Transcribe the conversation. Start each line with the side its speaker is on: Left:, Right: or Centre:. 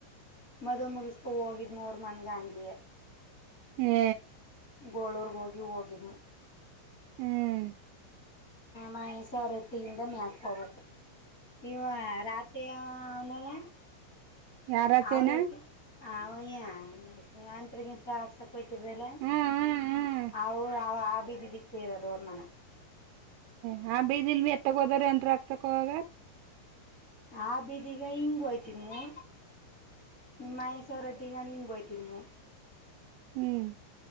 Left: ಮದು ಮುಗಿಸಕು ಹೋಗಿದ್ ಅವರ ಮನ್ಗ ಹಂಗೆ
Right: ಹೆ
Left: ಗೋಳರ್ಗೆ ಹೋಗಿ ಹೋಗಿದ್ನಿ
Right: ಹ್ಮ್
Left: ನಾ ಹೆಸರಟ್ಟಿಂದ ಮ್ಯಾಕ್ ಹೋಗ್ಬೇಕು ಇವ ರಾಚಯ್ಯ ಅವನಲ್ಲ
Right: ಯಾರಚೇನ
Left: ಅವ್ರಟ್ಟ <unintelligible>
Right: ಹ್ಮ್ ಹ್ಮ್
Left: ಅಮೊ ಆವ ಆ ಬೀದಿ ದಿಕ್ಕ ಇರೋದು ಅವ್ರ ಮನ
Right: ಹ್ ಆ ಬೀದಿಲ್ ಎತ್ತಗ ಹೋದ್ರ ಎಂತ್ರ ಆಗ್ಸಕ್ಕ ಹೋಗ
Left: ಆ ಬೀದಿಗ ಹಿಂಗ ಹೊಯ್ತಿ ನೀ ನಾ ಹೆಸರಟ್ಟಿ ಹಂಗೋಯ್ತೀನಿ
Right: ಹ್ಮ್